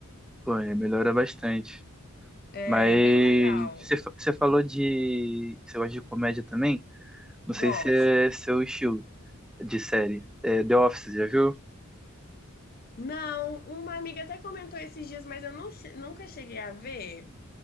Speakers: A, in the centre; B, on the left.
A: Pô, aí melhora bastante.
B: É
A: Mas
B: bem legal.
A: você fa- você falou de. Você gosta de comédia também? Não sei
B: Gosto.
A: se é seu estilo de série. É, The Office, já viu?
B: Não, uma amiga até comentou esses dias, mas eu não che- nunca cheguei a ver.